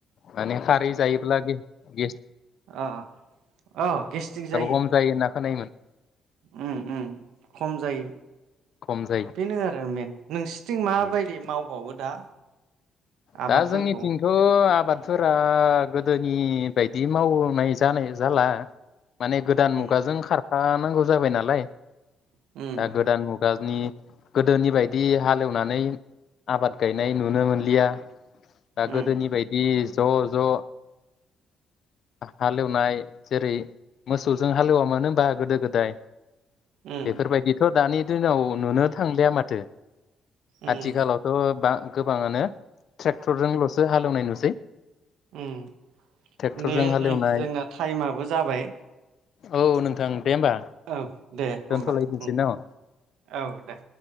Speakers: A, on the left (about 60°); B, on the right (about 85°).
A: माने खारै जायोब्ला गे-गेस
B: ओ, ओ गेस्टिक जायो।
A: खम होनना खोनायोमोन।
B: उम उम खम जायो
A: खम जायो
B: बेनो आरो मेन, नोंसोरथिं माबायदि
A: उम
B: मावबावो? दा आबादफोरखौ
A: दा जोंनिथिंथ' आबाद फोरा गोदोनि बायदि मावनाय जानाय जाला। माने गोदान मुगाजों
B: उम
A: खारफानांगौ जाबाय नालाय
B: उम
A: दा गोदान मुगानि गोदोनि बायदि हालेवनानै आबाद गायनाय नुनो मोनलिया। दा गोदनि
B: उम
A: बायदि ज' ज' <inaudible> हालेवनाय जेरै मोसौजों हालेवामोन हबा गोदो गोदाय?
B: उम
A: बेफोरबायदिथ' दानि दिनाव नुनो थांलिाया माथो।
B: उम
A: आथिखालावथ' बा गोबाङानो ट्रेक्टरजों ल'सो हालेवनाय नुसै।
B: उम
A: ट्रेक्टरजों
B: दे
A: हालेवनाय
B: दे जोंना टाइमाबो जाबाय
A: औ
B: <inaudible>
A: नोंथां दे होमबा
B: औ दे होमबा
A: दोनथ'लायनोसै
B: उम,
A: न'
B: औ दे।